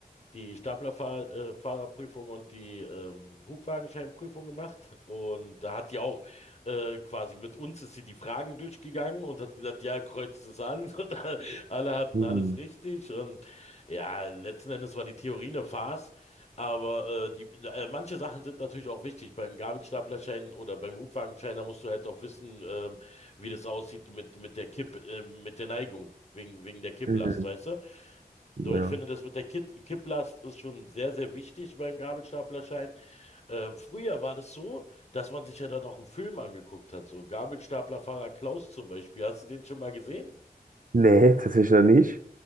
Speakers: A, on the left (about 45°); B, on the right (about 60°).
A: die Staplerfahrerprüfung und die ähm, Hubwagenscheinprüfung gemacht. Und da hat die auch äh, quasi mit uns ist sie die Fragen durchgegangen und hat gesagt, ja, kreuzt es an. <laughs> Und alle hatten
B: Mhm.
A: alles richtig. Und ja, letzten Endes war die Theorie eine Farce. Aber äh, die, äh, manche Sachen sind natürlich auch wichtig. Beim Gabelstaplerschein oder beim Hubwagenschein, da musst du halt auch wissen, ähm, wie das aussieht mit, mit der Kipp, äh, mit der Neigung, wegen, wegen der Kipplast,
B: Mhm.
A: weißt du?
B: Ja.
A: So, ich finde, das mit der Kit- Kipplast ist schon sehr, sehr wichtig beim Gabelstaplerschein. Äh, früher war das so, dass man sich ja dann auch einen Film angeguckt hat. So Gabelstaplerfahrer Klaus zum Beispiel. Hast du den schon mal gesehen?
B: Nee, <laughs> tatsächlich noch nicht.